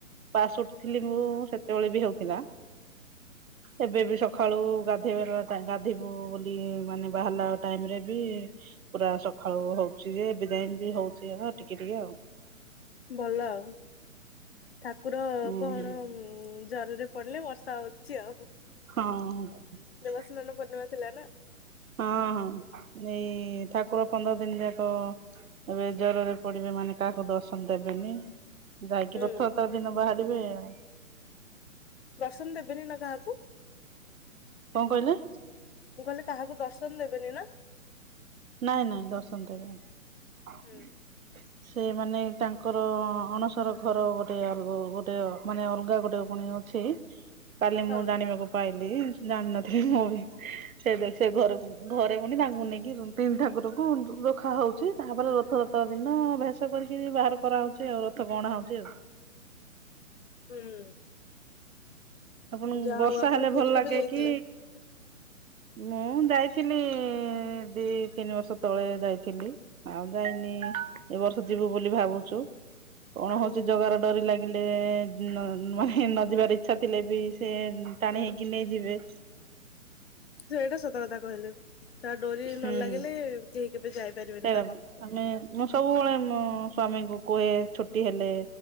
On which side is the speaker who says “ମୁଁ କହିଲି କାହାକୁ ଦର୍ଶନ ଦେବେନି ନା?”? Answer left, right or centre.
Left